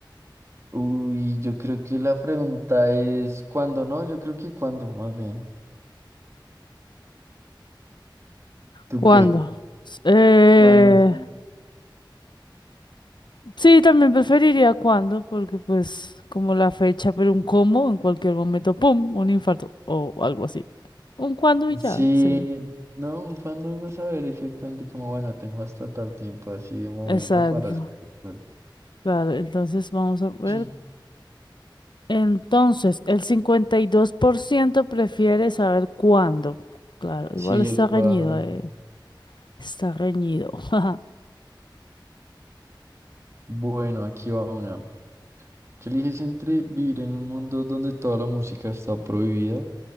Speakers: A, on the right (about 35°); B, on the left (about 65°).
A: Uy, yo creo que la pregunta es ¿cuándo, no? Yo creo que cuándo, más bien. ¿Tú
B: ¿Cuándo?
A: qué?
B: S- Eh...
A: ¿Cuándo? <laughs> Sí.
B: Sí, también preferiría cuándo, porque pues como la fecha, pero un cómo, en cualquier momento, ¡pum!, un infarto o algo así. Un cuándo y ya,
A: Sí,
B: sí.
A: no, ¿cuándo vas a ver exactamente como, bueno, tengo hasta tal tiempo así de momento
B: Exacto.
A: para esperar?
B: Claro, entonces vamos a ver.
A: <clears throat>
B: Entonces, el 52% prefiere saber cuándo. Claro,
A: Sí,
B: igual está
A: el cuándo.
B: reñido, eh, Está reñido. <laughs>
A: Bueno, aquí va una. ¿Qué eliges entre vivir en un mundo donde toda la música está prohibida